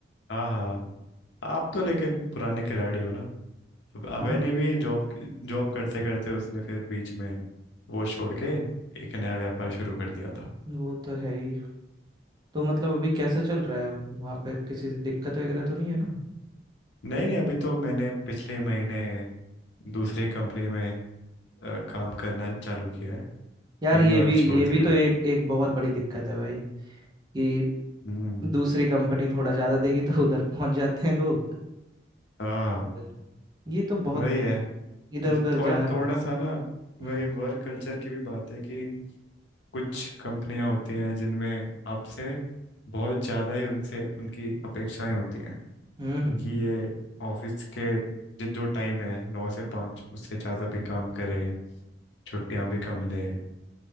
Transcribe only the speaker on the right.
हाँ
हाँ
वो तो है ही तो मतलब अभी कैसा चल रहा है वहाँ पे किसी से दिक्कत वगैरह तो नहीं है ना
यार ये
भी
ये
भी
तो एक एक बहुत बड़ी दिक्कत है भाई कि
दूसरी कंपनी थोड़ा ज्यादा देगी तो उधर पहुंच जाते हैं लोग
और ये तो बहुत
इधर उधर
जाना पड़ता
है।
हम्म
हम्म हम्म।